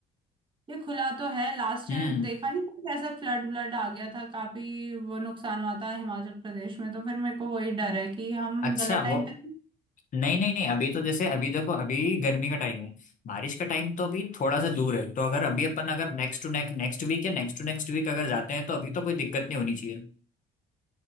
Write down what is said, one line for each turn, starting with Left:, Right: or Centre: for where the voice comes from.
Right: ये खुला तो है लास्ट
Left: हम्म
Right: ईयर देखा नहीं था कैसा फ्लड व्लड आ गया था काफी वो नुकसान हुआ था हिमाचल प्रदेश में तो फिर मेरे को वही डर है कि हम
Left: अच्छा
Right: गलत
Left: वो
Right: टाइम पे
Left: नहीं नहीं नहीं अभी तो जैसे अभी देखो अभी गर्मी का टाइम है बारिश का टाइम तो अभी थोड़ा सा दूर है तो अगर अभी अपन अगर next to next next week या नेक्स्ट टू नेक्स्ट वीक अगर जाते हैं तो अभी तो कोई दिक्कत नहीं होनी चाहिए